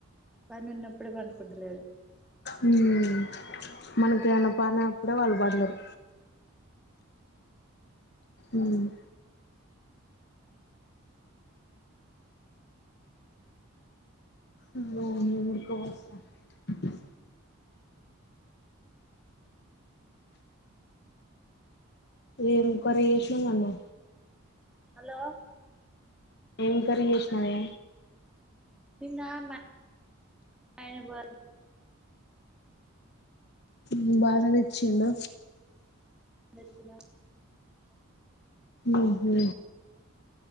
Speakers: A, in the centre; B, on the left.
A: పని ఉన్నప్పుడే పనుకుంటలేడు
B: మ్ మనకి ఎవన పనప్పుడే వాళ్ళు పండరు ఉమ్ అమ్మో ఏం ఉడక పోస్తాంది ఏం కర్రి చేసినవ్ నన్ను
A: హలో
B: ఎం కర్రి చేసినవే
A: నిన్న మా ఆయనకు బాలే
B: మ్ బానే తెచ్చిండు
A: దేచ్చిన
B: ఉమ్ హు